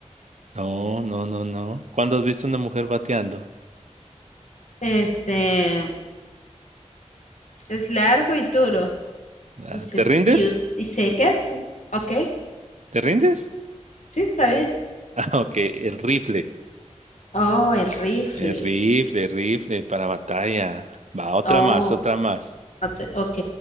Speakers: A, on the right (about 65°); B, on the left (about 70°).
A: No, no, no, no. ¿Cuándo has visto una mujer bateando?
B: este, es largo y duro
A: Ah,
B: y se,
A: ¿Te rindes?
B: y, us- y secas, ok.
A: ¿Te rindes? <laughs>
B: Sí, está bien.
A: Ah, ok, el rifle.
B: Oh, el rifle.
A: El rifle, el rifle para batalla. Va, otra
B: Oh,
A: más, otra más.
B: ot- ok.